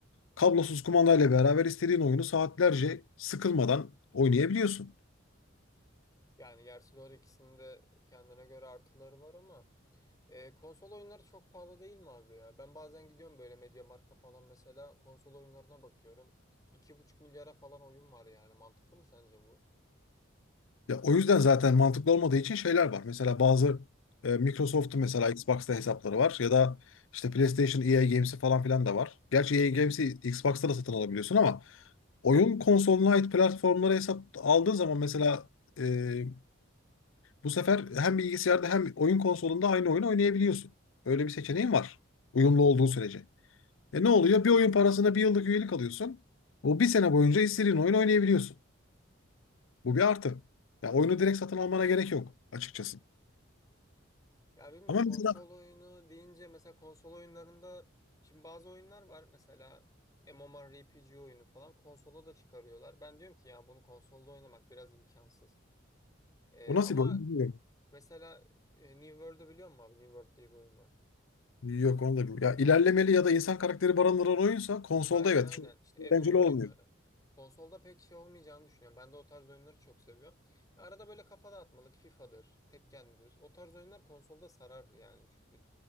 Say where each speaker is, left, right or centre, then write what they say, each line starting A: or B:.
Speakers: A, on the left (about 80°); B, on the left (about 20°).
A: kablosuz kumandayla beraber istediğin oyunu saatlerce sıkılmadan oynayabiliyorsun.
B: Yani gerçi doğru ikisinin de kendine göre artıları var ama e, konsol oyunları çok pahalı değil mi abi ya? Ben bazen gidiyorum böyle MediaMarkt'a falan mesela konsol oyunlarına bakıyorum. iki buçuk milyara falan oyun var yani. Mantıklı mı sence bu?
A: Ya o yüzden zaten mantıklı olmadığı için şeyler var. Mesela bazı e, Microsoft'un mesela Xbox'ta hesapları var ya da işte PlayStation EA Games'i falan filan da var. Gerçi EA Games'i Xbox'ta da satın alabiliyorsun ama oyun konsoluna ait platformlara hesap aldığın zaman mesela e, Bu sefer hem bilgisayarda hem oyun konsolunda aynı oyunu oynayabiliyorsun. Öyle bir seçeneğin var. Uyumlu olduğu sürece. E ne oluyor? Bir oyun parasına bir yıllık üyelik alıyorsun. O bir sene boyunca istediğin oyun oynayabiliyorsun. Bu bir artı. Ya oyunu direkt satın almana gerek yok açıkçası.
B: Ya bilmiyorum
A: Ama
B: konsol
A: mesela
B: oyunu deyince mesela konsol oyunlarında şimdi bazı oyunlar var mesela MMORPG oyunu falan konsola da çıkarıyorlar. Ben diyorum ki ya bunu konsolda oynamak biraz imkansız. Ee,
A: o nasıl
B: ama
A: bir oyun bilmiyorum.
B: mesela e, New World'u biliyor musun abi? New World diye bir oyun var.
A: Yok onu da bilmiyorum. Ya ilerlemeli ya da insan karakteri barındıran oyunsa konsolda
B: Aynen
A: evet
B: aynen.
A: çok
B: İşte
A: eğlenceli
B: MMO
A: olmuyor.
B: oyunları. Konsolda pek şey olmayacağını düşünüyorum. Ben de o tarz oyunları çok seviyorum. Arada böyle kafa dağıtmalık FIFA'dır, Tekken'dir. O tarz oyunlar konsolda sarar yani çünkü